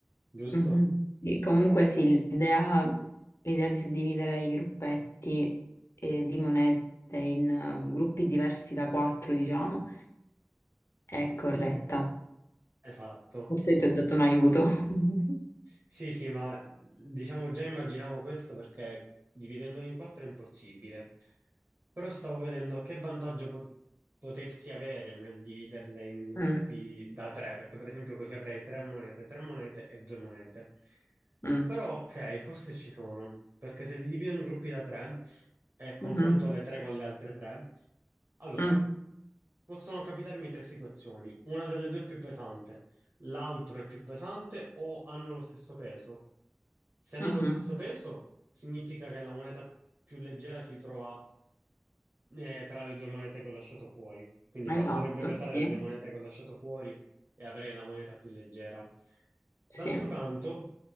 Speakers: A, on the right; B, on the left.
A: giusto?
B: mhm. Sì, comunque sì, l'idea l'idea di suddividere i gruppetti eh, di monete in eh, gruppi diversi da quattro, diciamo, è corretta.
A: Esatto.
B: Forse ti ho dato un aiuto. <laughs>
A: Sì, sì, ma diciamo già immaginavo questo perché dividendolo in quattro è impossibile. Però stavo vedendo che vantaggio po- potessi avere nel dividerle in gruppi
B: Mm,
A: da tre, perché per esempio così avrei tre monete, tre monete e due monete.
B: mm,
A: Però ok, forse ci sono, perché se li divido in gruppi da tre e confronto
B: mhm,
A: le tre con le altre tre, allora
B: mm,
A: possono capitarmi tre situazioni, una delle due è più pesante l'altro è più pesante o hanno lo stesso peso. Se hanno
B: mhm.
A: lo stesso peso, significa che la moneta più leggera si trova eh, tra le due monete che ho lasciato fuori. Quindi
B: Esatto,
A: basterebbe pesare
B: sì,
A: le due monete che ho lasciato fuori e avrei la moneta più leggera.
B: sì.
A: D'altro canto,